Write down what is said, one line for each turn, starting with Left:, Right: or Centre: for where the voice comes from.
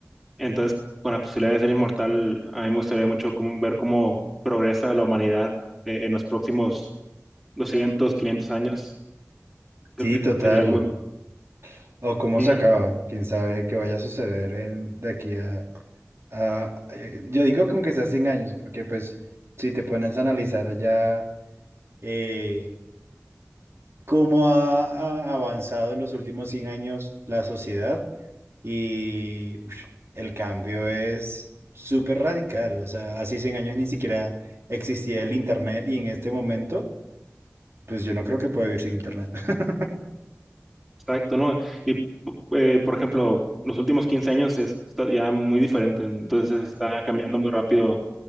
Centre: Entonces, con la posibilidad de ser inmortal, a mí me gustaría mucho cómo- ver cómo progresa la humanidad eh, en los próximos 200, 500 años. Creo
Right: Sí,
Centre: que
Right: total.
Centre: sería algo muy
Right: O cómo
Centre: Mm,
Right: se acaba. Quién sabe qué vaya a suceder en- de aquí a, a- eh, yo digo como que sea 100 años, porque pues si te pones a analizar ya eh, cómo ha, ha avanzado en los últimos 100 años la sociedad y uf, el cambio es súper radical. O sea, hace 100 años ni siquiera existía el Internet y en este momento, pues yo no creo que pueda vivir sin Internet. <laughs>
Centre: Exacto, ¿no? Y p- eh, por ejemplo, los últimos 15 años es, está ya muy diferente, entonces está cambiando muy rápido